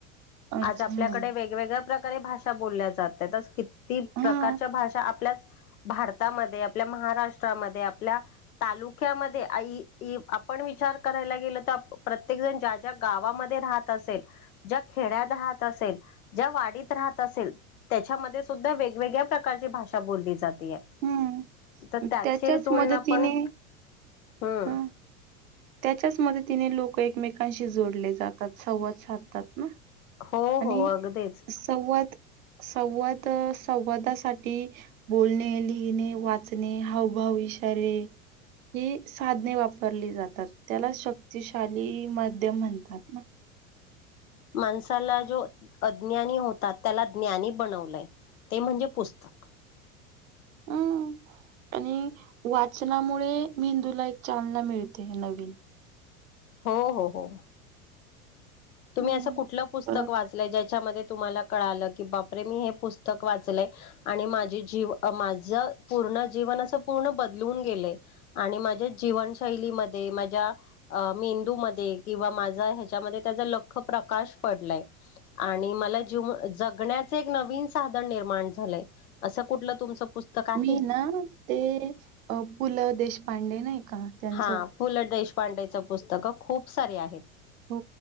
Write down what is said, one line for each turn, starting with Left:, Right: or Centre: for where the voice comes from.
Right: अच्छा
Left: आज आपल्याकडे
Right: हां.
Left: वेगवेगळ- प्रकारे भाषा बोलल्या जातायत. ती
Right: हां.
Left: प्रकारच्या भाषा आपल्याच- भारतामध्ये आपल्या महाराष्ट्रामध्ये आपल्या तालुक्यामध्ये आई ई आपण विचार करायला गेलो तर प्रत्येक जण ज्या ज्या गावामध्ये राहत असेल. ज्या- खेड्यात राहत असेल ज्या वाडीत राहत असेल त्याच्यामध्ये सुद्धा वेगवेगळ्या प्रकारची भाषा बोलली जाते.
Right: हं.
Left: तर त्याची
Right: त्याच्याच
Left: तुलना
Right: मदतीने
Left: पण... हम्म.
Right: हां. त्याच्याच मदतीने लोक एकमेकांशी जोडले जातात संवाद साधतात ना.
Left: हो,
Right: आणि
Left: हो अगदीच
Right: संवाद संवाद संवादासाठी बोलणे, लिहिणे, वाचणे, हावभाव, इशारे हे साधने वापरली जात तात त्याला शक्तिशाली माध्यम म्हणतात ना.
Left: माणसाला जो अज्ञानी होतात त्याला ज्ञानी बनवलंय ते म्हणजे पुस्तक.
Right: हं आणि वाचनामुळे मेंदूला एक चालना मिळते नवीन.
Left: हो हो हो. तुम्ही
Right: हं.
Left: असं कुठलं पुस्तक
Right: परत
Left: वाचलंय ज्याच्यामध्ये- तुम्हाला कळालं की, बापरे! मी हे पुस्तक वाचलय आणि माझे जीव माझं पूर्ण जीवन अस पूर्ण बदलून गेलंय आणि माझ्या जीवनशैलीमध्ये माझ्या अ मेंदू मध्ये किंवा माझं ह्याच्यामध्ये त्याजा ल- ख प्रकाश पडलाय आणि मला जीव जगण्याचे एक नवीन साधन निर्माण झालंय असं कुठलं तुमचं पुस्तक आहे
Right: मी ना ते पु. ल. देशपांडे नाही का त्यांचं
Left: हा पु. ल. देश- पांडेचं पुस्तकं खूप सारे आहेत.
Right: हो